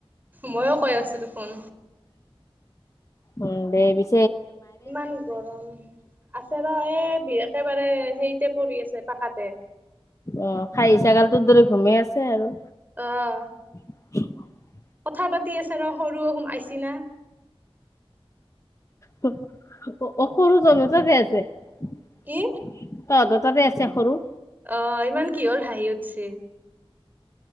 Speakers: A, on the right; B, on the left.
A: মইয়ো কৈ আছোঁ দেখোন।
B: উম দে বি-
A: ইমান গৰম। আছে ৰ এ বি একেবাৰে- সেইতে পৰি আছে পাকাতে।
B: অ খাই এই ছাগাল তোৰ দৰে ঘুমেই আছে আৰু।
A: আহ।
B: <inaudible>
A: কথা পাতি আছে ৰ সৰু সোম আইছি না।
B: স স সৰু জনে তাতে আছে <unintelligible>
A: কি
B: তাতে আছে সৰু-
A: অ ইমান কিহৰ হাঁহি উঠছে?